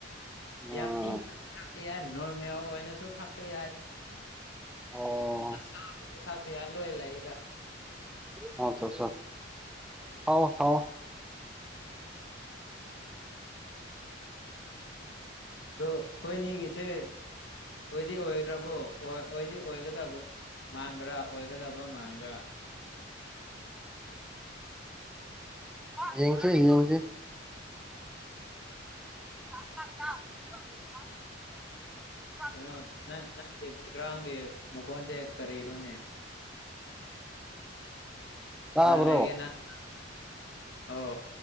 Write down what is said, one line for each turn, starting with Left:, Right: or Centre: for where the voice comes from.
Centre: ꯑꯥ
Left: ꯌꯥꯝ ꯏꯪꯕꯁꯨ ꯊꯥꯛꯄ ꯌꯥꯏ ꯅꯣꯔꯃꯦꯜ ꯑꯣꯏꯅꯁꯨ ꯊꯥꯛꯄ ꯌꯥꯏ
Centre: ꯑꯣ
Left: ꯑꯥꯁꯥꯕꯁꯨ ꯊꯛꯄ ꯌꯥꯏ ꯂꯣꯏ ꯂꯩꯗ
Centre: <unintelligible> ꯊꯛꯑꯣ ꯊꯛꯑꯣ
Left: ꯎꯝ ꯑꯗꯣ ꯑꯩꯈꯣꯏꯅꯤꯒꯤꯁꯦ ꯑꯣꯏꯗꯤ ꯑꯣꯏꯔꯕꯣ ꯑꯣꯏ ꯑꯣꯏꯗꯤ ꯑꯣꯏꯒꯗꯕ꯭ꯔ ꯃꯥꯟꯕ꯭ꯔꯥ ꯑꯣꯏꯒꯗꯕ ꯃꯥꯟꯕ꯭ꯔꯥ
Centre: ꯌꯦꯡꯁꯤ ꯌꯦꯡꯁꯤ <unintelligible>
Left: ꯀꯩꯅꯣ ꯅꯪ ꯅꯪꯒꯤ ꯕꯦꯛꯒ꯭ꯔꯥꯎꯟꯒꯤ ꯃꯈꯣꯟꯁꯦ ꯀꯔꯤꯔꯣꯅꯦ
Centre: ꯇꯥꯕ꯭ꯔꯣ
Left: ꯅꯥ ꯂꯩꯒꯦ ꯅꯪ ꯑꯣ